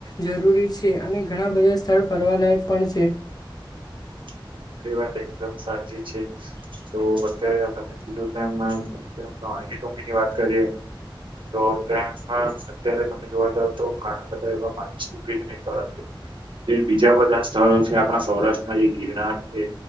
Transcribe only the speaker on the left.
જરૂરી છે અને ઘણા બધા સ્થળ ફરવાલાયક પણ છે.